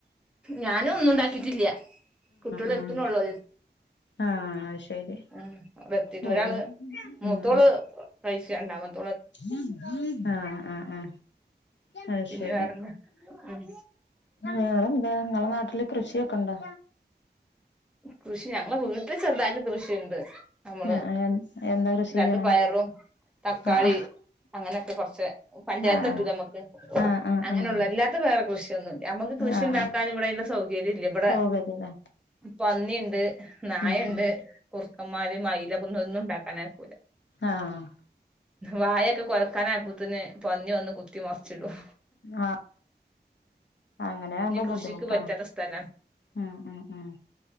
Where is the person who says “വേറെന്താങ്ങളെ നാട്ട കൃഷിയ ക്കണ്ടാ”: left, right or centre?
Left